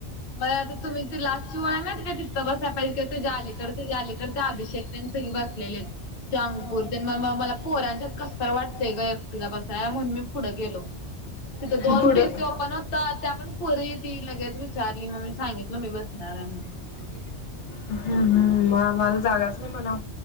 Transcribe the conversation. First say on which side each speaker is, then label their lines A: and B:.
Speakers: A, on the left; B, on the left.
A: व्हयं आता तुम्ही ते लास्टची वळ आहे ना ती काय तिथं बसाय पाहिजे किंवा तिज्या अलीकडं तिज्या अलीकडं त्या अभिषेक तेन सगळी बसलेले आहेत. तो अंकुर तेन मग म मला पोरांच्यात कसतरी वाटतय गं एकटीला बसाय म्हणून मी पुढं गेलो. तिथं दोन
B: पुढं
A: पी सी ओपन होत त्या पण पोरी ती लगेच वी चारली मग मी सांगितलं मी बसणार आहे म्हणून. <unintelligible>
B: हम्म हम्म, मग आम्हाला जागाच नाही म्हणा,